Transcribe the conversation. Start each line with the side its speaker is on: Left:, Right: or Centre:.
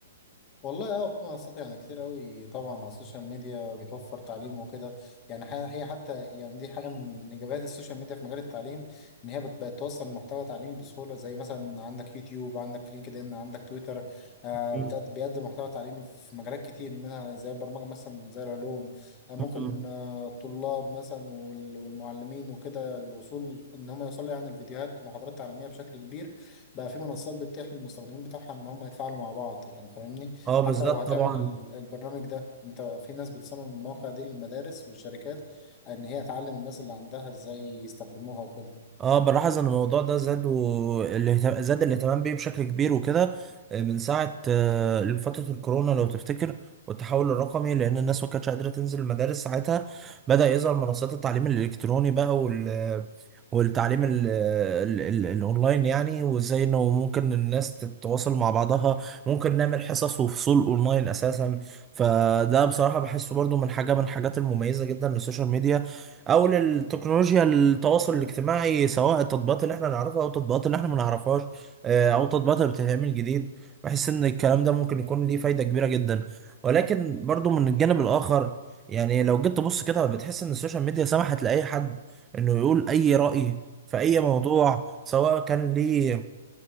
Left: والله اه في منصات يعني كتير قوي طبعا على السوشيال ميديا بتوفر تعليم وكده يعني ح- هي حتى يعني دي حاجه من ايجابيات السوشيال ميديا في مجال التعليم ان هي بت- بتوصل محتوى تعليمي بسهوله زي مثلا عندك يوتيوب عندك لينكد ان عندك تويتر آه
Right: مم.
Left: بتقد- بيقدم محتوى تعليمي في مجالات كتير منها زي البرمجه مثلا زي العلوم آه ممكن
Right: مم.
Left: آه الطلاب مثلا وال- والمعلمين وكده الوصول ان هم يوصلوا يعني الفيديوهات ومحاضرات تعليميه بشكل كبير بقى في منصات بتتيح للمستخدمين بتاعها ان هم يتفاعلوا مع بعض يعني فاهمني
Right: اه
Left: حتى
Right: بالذات
Left: لو هتعمل
Right: طبعا
Left: ال- البرنامج ده انت في ناس بتصمم المواقع دي للمدارس والشركات ان هي تعلم الناس اللي عندها ازاي يستخدموها وكده
Right: اه بلاحظ ان الموضوع ده زاد والاهتمام زاد الاهتمام بيه بشكل كبير وكده آه، من ساعة آه، فترة الكورونا لو تفتكر والتحول الرقمي لان الناس ما كانتش قادرة تنزل المدارس ساعتها بدأ يظهر منصات التعليم الالكتروني بقى وال والتعليم ال ال ال الاونلاين يعني وازاي انه ممكن الناس تتواصل مع بعضها ممكن نعمل حصص وفصول اونلاين اساسا فده بصراحة بحسه برضو من حاجة من الحاجات المميزة جدا للسوشيال ميديا او للتكنولوجيا التواصل الاجتماعي سواء التطبيقات اللي احنا نعرفها او التطبيقات اللي احنا ما نعرفهاش آه، او التطبيقات اللي بتتعمل جديد بحس ان الكلام ده ممكن يكون ليه فايدة كبيرة جدا ولكن برضو من الجانب الاخر يعني لو جيت تبص كده بتحس ان السوشيال ميديا سمحت لاي حد انه يقول اي رأي في اي موضوع سواء كان ليه